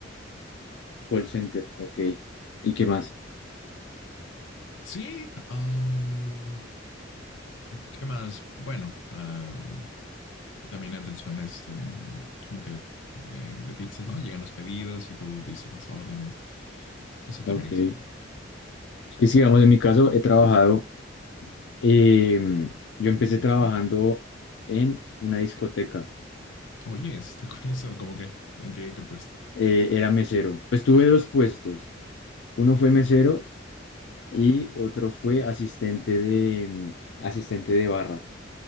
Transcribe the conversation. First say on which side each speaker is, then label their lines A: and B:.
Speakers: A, on the left; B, on the left.
A: Call center, ok. ¿Y qué más?
B: Sí, am, ¿qué más? Bueno, am, también atención, este, como que eh, de pizzas, ¿no? Llegan los pedidos y tú dices las órdenes. Eso también
A: Ok.
B: es
A: Es
B: algo.
A: que, digamos, en mi caso he trabajado, em, yo empecé
B: Dice,
A: trabajando en una discoteca,
B: oye, eso está <laughs> curioso, como que, ¿en qué, qué puesto?
A: Eh, era mesero. Pues tuve dos puestos, uno fue mesero y otro fue asistente de, em, asistente de barra.